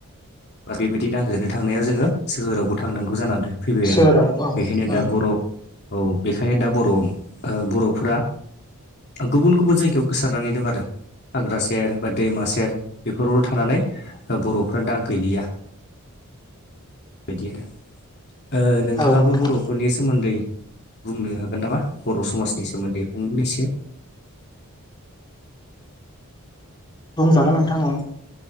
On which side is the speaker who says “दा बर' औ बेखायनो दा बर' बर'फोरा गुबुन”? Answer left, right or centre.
Left